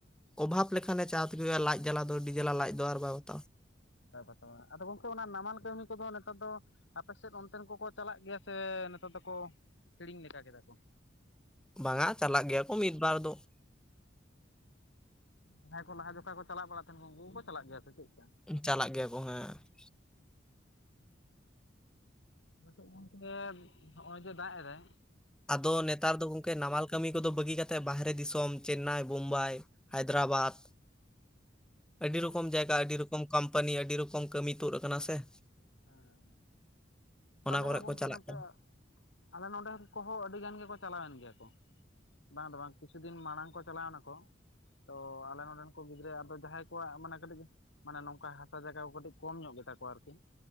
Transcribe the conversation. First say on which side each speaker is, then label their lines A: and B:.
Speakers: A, in the centre; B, on the left (about 80°).
A: ᱚᱵᱷᱟᱵ ᱞᱮᱠᱷᱟᱱᱮ ᱪᱟ ᱛᱮᱜᱮ ᱦᱩᱭᱩᱜᱼᱟ, ᱞᱟᱡ ᱡᱟᱞᱟ ᱫᱚ ᱟᱹᱰᱤ ᱡᱟᱞᱟ ᱞᱟᱡ ᱫᱚ ᱟᱨ ᱵᱟᱭ ᱵᱟᱛᱟᱣᱟ ᱾
B: ᱵᱟᱭ ᱵᱟᱛᱟᱣᱟ, ᱟᱫᱚ ᱜᱚᱝᱠᱮ ᱚᱱᱟ ᱱᱟᱢᱟᱞ ᱠᱟᱹᱢᱤ ᱠᱚᱫᱚ ᱱᱮᱛᱟᱨ ᱫᱚ ᱟᱯᱮ ᱥᱮᱫ ᱚᱱᱛᱮᱱ ᱠᱚᱠᱚ ᱪᱟᱞᱟᱜ ᱜᱮᱭᱟ ᱥᱮ ᱱᱮᱛᱟᱨ ᱫᱚᱠᱚ ᱦᱤᱲᱤᱧ ᱞᱮᱠᱟ ᱠᱮᱫᱟ ᱠᱚ?
A: ᱵᱟᱝᱟ ᱪᱟᱞᱟᱜ ᱜᱮᱭᱟ ᱠᱚ ᱢᱤᱫ ᱵᱟᱨ ᱫᱚ ᱾
B: ᱡᱟᱦᱟᱸᱭ ᱠᱚ ᱞᱟᱦᱟ ᱡᱚᱠᱷᱚᱡ ᱠᱚ ᱪᱟᱞᱟᱜ ᱵᱟᱲᱟ ᱛᱟᱦᱮᱱ ᱩᱱᱠᱩ ᱠᱚᱠᱚ ᱪᱟᱞᱟᱜ ᱜᱮᱭᱟ ᱥᱮ ᱪᱮᱫ ᱠᱟ?
A: ᱪᱟᱞᱟᱜ ᱜᱮᱭᱟ ᱠᱚ ᱦᱮᱸ ᱾
B: ᱟᱞᱮ ᱥᱮᱜ ᱢᱟ ᱜᱚᱝᱠᱮ ᱦᱚᱜᱼᱚᱭ ᱡᱮ ᱫᱟᱜ ᱮᱫᱟᱭ
A: ᱟᱫᱚ ᱱᱮᱛᱟᱨ ᱫᱚ ᱜᱚᱝᱠᱮ ᱱᱟᱢᱟᱞ ᱠᱟᱹᱢᱤ ᱠᱚᱫᱚ ᱵᱟᱹᱜᱤ ᱠᱟ ᱠᱟᱛᱮᱫ ᱵᱟᱦᱨᱮ ᱫᱤᱥᱚᱢ ᱪᱮᱱᱱᱟᱭ, ᱵᱳᱢᱵᱟᱭ, ᱦᱟᱭᱫᱨᱟᱵᱟᱫ, ᱟᱹᱰᱤ ᱨᱚᱠᱚᱢ ᱡᱟᱭᱜᱟ ᱟᱹᱰᱤ ᱨᱚ ᱠᱚᱢ ᱠᱳᱢᱯᱟᱱᱤ ᱟᱹᱰᱤ ᱨᱚᱠᱚᱢ ᱠᱟᱹᱢᱤ ᱛᱩᱫ ᱠᱟᱱᱟ ᱥᱮ ᱾
B: ᱦᱮᱸ, ᱟᱞᱮ
A: ᱠᱚᱨᱮ
B: ᱦᱚᱸ ᱜᱚᱝᱠᱮ
A: ᱠᱚ ᱪᱟᱞᱟᱜ
B: ᱱᱚᱛᱮ
A: ᱠᱟᱱᱟ
B: ᱟᱞᱮ ᱱᱚᱰᱮᱱ ᱠᱚᱦᱚᱸ ᱟᱹᱰᱤᱜᱟᱱ ᱜᱮᱠᱚ ᱪᱟᱞᱟᱣᱮᱱ ᱜᱮᱭᱟ ᱠᱚ, ᱵᱟᱝ ᱫᱚ ᱵᱟᱝ ᱠᱤᱪᱷᱩ ᱫᱤᱱ ᱢᱟᱲᱟᱝ ᱠᱚ ᱪᱟᱞᱟᱣ ᱱᱟᱠᱚ ᱾ ᱛᱚ ᱟᱞᱮ ᱱᱚᱸᱰᱮ ᱨᱮᱱ ᱠᱚ ᱜᱤᱫᱽᱨᱟᱹ ᱟᱫᱚ ᱡᱟᱦᱟᱸᱭ ᱠᱚᱣᱟᱜ ᱢᱟᱱᱮ ᱠᱟᱹᱴᱤᱡ ᱢᱟᱱᱮ ᱱᱚᱝᱠᱟ ᱦᱟᱛᱟ ᱡᱟᱭᱜᱟ ᱠᱚ ᱠᱟᱹᱴᱤᱡ ᱠᱚᱢ ᱧᱚᱜ ᱜᱮᱛᱟ ᱠᱚᱣᱟ ᱟᱨᱠᱤ,